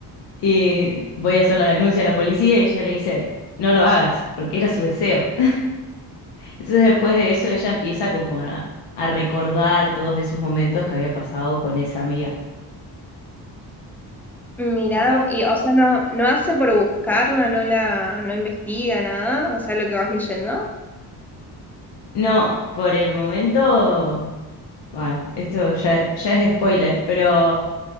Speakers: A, on the left; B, in the centre.
A: Y voy a hacer la denuncia a la policía y ella le dice, no lo hagas, porque era su deseo. <laughs> Entonces después de eso ella empieza como a, a recordar todos esos momentos que había pasado con esa amiga.
B: Mirá,
A: Está, bu-
B: y o sea, no, no hace por buscarla, no la, no investiga nada, o sea, lo que vas leyendo,
A: No, por el momento, bueno, esto ya, ya es spoiler, pero